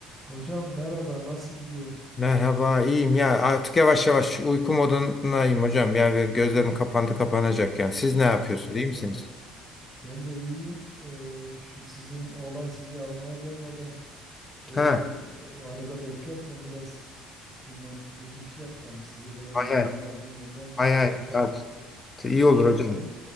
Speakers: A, in the centre; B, on the left (about 20°).
A: Hocam merhaba, nasıl gidiyor?
B: Merhaba, iyiyim ya. Artık yavaş yavaş uyku modundayım hocam. Yani gözlerim kapandı kapanacak yani. Siz ne yapıyorsunuz?
A: Vallahi
B: İyi misiniz?
A: evet. Ben de iyiyim. Ee, şu sizin oğlan sizi almaya gelmeden böyle
B: Ha,
A: bir o arada beklerken biraz dinlendirici bir şey yapalım. Sizi böyle
B: hay
A: yorgun
B: hay.
A: argın göndermeyeyim.
B: Hay
A: Biraz
B: hay.
A: kafa
B: Ya,
A: dağıtıcı
B: t- iyi olur
A: bir şey
B: hocam.
A: yapalım.